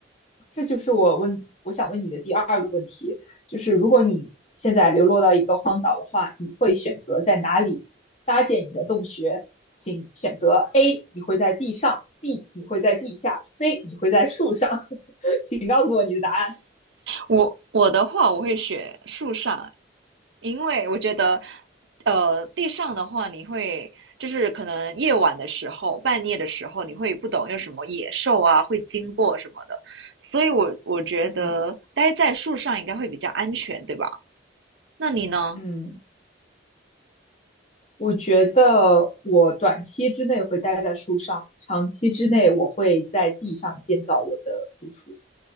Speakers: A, on the left (about 35°); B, on the right (about 70°).
A: 这就是我问我想问你的第二个问题，就是如果你现在流落到一个荒岛的话，你会选择在哪里搭建你的洞穴？请选择 A，你会在地上；B，你会在地下；C，你会在树上。<laughs> 请告诉我你的答案。
B: 我我的话，我会学树上，因为我觉得，呃，地上的话，你会就是可能夜晚的时候、半夜的时候，你会不懂有什么野兽啊会经过什么的，所以我我觉得待在树上应该会比较安全，
A: 嗯
B: 对吧？那你呢？
A: 嗯，我觉得我短期之内会待在树上，长期之内我会在地上建造我的住处，